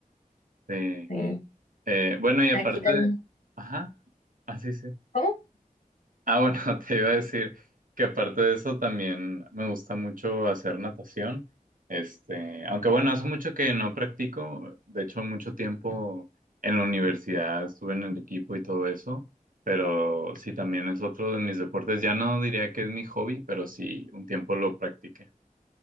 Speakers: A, on the right (about 70°); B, on the left (about 65°).
A: sí.
B: sí.
A: Eh, bueno, y aparte...
B: Aquí también,
A: Ajá, así sí. sí.
B: ¿cómo?
A: Ah, bueno, <laughs> te iba a decir que aparte de eso también me gusta mucho hacer natación. Este, aunque bueno, hace mucho que no practico, de hecho mucho tiempo en la universidad estuve en el equipo y todo eso, pero sí también es otro de mis deportes. Ya no diría que es mi hobby, pero sí un tiempo lo practiqué.